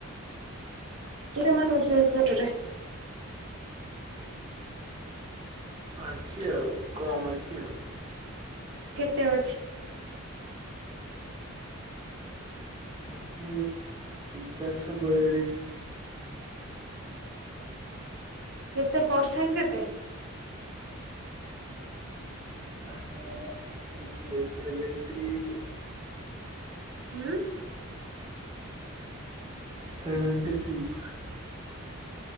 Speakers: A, on the right (about 55°); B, on the right (about 20°).
A: କେତେ ମାର୍କ ଅଛି ପ୍ଲସ୍ ଟୁ ରେ?
B: ଅଛି ଆଉ କମ୍ ଅଛି ଆଉ।
A: କେତେ ଅଛି?
B: ଆଛି ଚାରିଶହ ବୟାଳିଶ।
A: କେତେ ପରସେଣ୍ଟ କେତେ?
B: <unintelligible> Seventy six.
A: ହୁଁ?
B: Seventy six.